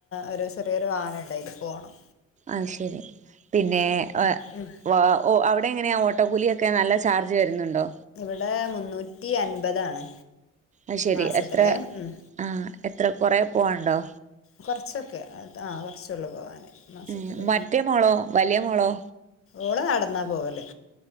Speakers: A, on the left; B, on the right.
A: ഒരു ചെറിയൊരു വാ നുണ്ട് എന്തായാലും പോണം
B: ആ ശരി പിന്നെ അ
A: ഉം
B: ഒ അവിടെ എങ്ങനെയാ ഓ ഓട്ടോ കൂലിയൊക്കെ നല്ല ചാർജ് വരുന്നുണ്ടോ
A: ഇവിടെ മുന്നൂറ്റി അൻപതാണ്
B: അത്ശരി
A: മാസത്തില്
B: എത്ര
A: ഉം
B: ആ എത്ര കുറേ പോവാണ്ടോ
A: കുറച്ചൊക്കെ ആ കൊറച്ച പോവാന് മാസത്തില്
B: ഉം മറ്റേ മോളോ വലിയ മോളോ
A: ഓള നടന്നാ പോവല്